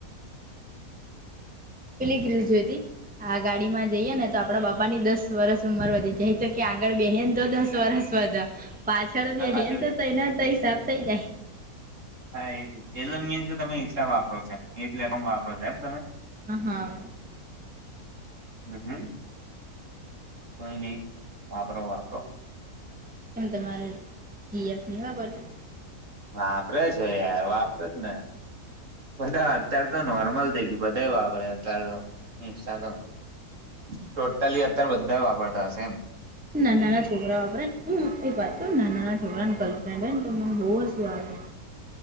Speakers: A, in the centre; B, on the right.
A: પીલી કલર જોઈ હતી આ ગાડીમાં જઈએે ને તો આપડા બાપા ની દસ વર્ષ ઉંમર વધી જાય તો કે આગળ બેહે ને તો દસ વરસ વધા પાછળ
B: હા
A: બેહે
B: પાછળ
A: ને
B: બે-
A: તો તયના તેના હિસાબ થઇ જાય
B: હા એ જ એનો મીન્સ જો તમે ઇન્સ્ટા વાપરો છે એ લેકમ વાપરો છે એમ તમે
A: હ હા
B: હમ્મ, હમ્મ કોઈ નહી વાપરો વાપરો
A: તેમ તમારે જીએફ નહી વાપરતી
B: વાપરે છે યાર વાપરે જ ને બધા અત્યારે તો નોર્મલ થઈ ગયું બધા વાપરે અત્યારે તો ઇન્સ્ટાગ્રામ ટોટલી અત્યારે બધા વાપરતા હશે એમ
A: નાનાના છોકરા વાપરે હું એક વાત કહું નાનાના છોકરાને ગર્લફ્રેન્ડ હોય ને તો મને બહુ હસું આવે